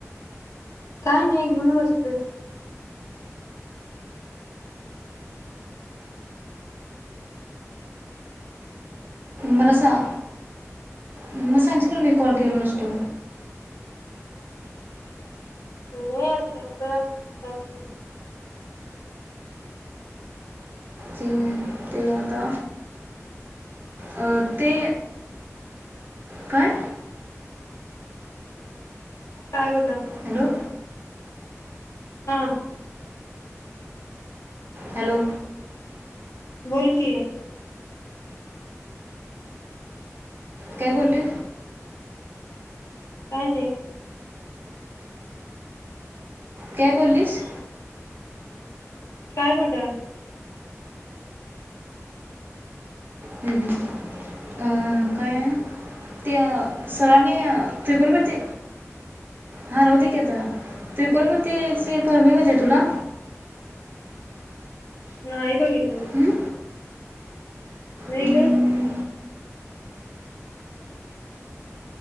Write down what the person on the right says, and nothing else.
मला सा मग सांगशील कीने कॉल केलो नसतो
ते आता अ ते काय?
हॅलो!
हॅलो!
काय बोलले??
काय बोललीस?
हम्म हम्म अ काय न त्या सरांनी त्रिगोनमती हा राहूदे की आता त्रिकोण म तेच ते फॉर्मुला येतय तुला?
हम्म?
हम्म,